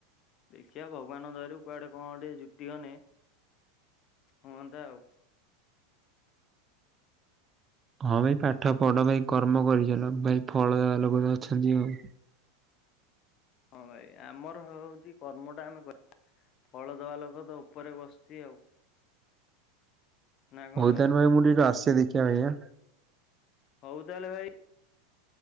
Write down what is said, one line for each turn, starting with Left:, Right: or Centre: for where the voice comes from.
Left: ଦେଖିବା ଭଗବାନ ଦରରୁ କୁଆଡେ କଣ ଟିକେ ଜୁଟିିକନେ ହୁଅନ୍ତା ଆଉ
Right: ହଁ ଭାଇ ପାଠ ପଢ କର୍ମ କରିଚଲ ଭାଇ ଫଳ ଦବା ଲୋକ ତ ଅଛନ୍ତି ଆଉ ।
Left: ହଁ ଭାଇ ଆମର ହଉଛି କର୍ମଟା ଆମେ ଫଳ ଦବା ଲୋକ ତ ଉପରେ ବସିଛି ଆଉ। ନା କଣ
Right: ହଉଦାନ ଭାଇ ମୁଣ୍ଡି ଟା ଆସେ ଦେଖି କ ଭାଇଆ
Left: ହଉଦଲ ଭାଇ